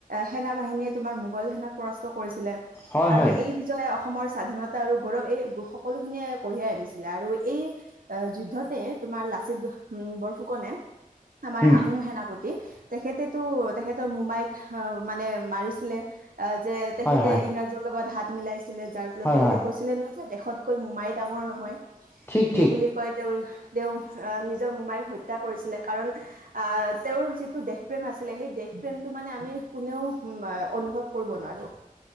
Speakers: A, on the right; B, on the left.
A: সেনা বাহিনীয়ে তোমাৰ মোগল সেনাক পৰাস্ত কৰিছিলে
B: হয়
A: আৰু
B: হয়
A: এই অসমৰ স্বাধীনতা আৰু গৌৰৱ এই সকলোখিনিয়ে কঢ়িয়াই আনিছিলে আৰু এই আহ যুদ্ধতে তোমাৰ লাচিত বৰফুকনে। আমাৰ
B: উম
A: আহোম সেনাপতি তেখেতেতো তেখেতৰ মোমায়ে ক মানে মাৰিছিলে যে তেখেতে
B: হয় হয়
A: ইংৰাজও লগত হাত মিলাই ছিলে যাৰ ফলত
B: হয়
A: তেখেতে
B: হয়
A: কৈছিলে ন যে দেশতকৈ মোমাই ডাঙৰ নহয়,
B: ঠিক ঠিক
A: এই বুলি কয় তেওঁ তেওঁ নিজৰ মোমাইক হত্যা কৰিছিলে কাৰণ অ', তেওঁৰ যিটো দেশপ্ৰেম আছিলে সেই দেশ প্ৰেমটো মানে আমি কোনেও অনুভৱ কৰিব নোৱাৰোঁ